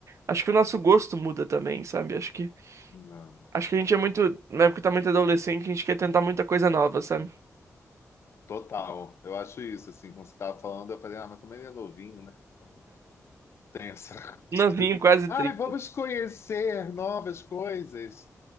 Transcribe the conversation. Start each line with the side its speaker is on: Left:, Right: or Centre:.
Right: Acho que o nosso gosto muda também, sabe? Acho que,
Left: Não.
Right: acho que a gente é muito. Na época tá muito adolescente, a gente quer tentar muita coisa nova, sabe?
Left: Total, eu acho isso, assim, como você estava falando, eu falei, ah, mas também ele é novinho, né? Então tem essa <laughs> coisa
Right: Novinho,
Left: de,
Right: quase
Left: Ai,
Right: trinta.
Left: vamos conhecer novas coisas.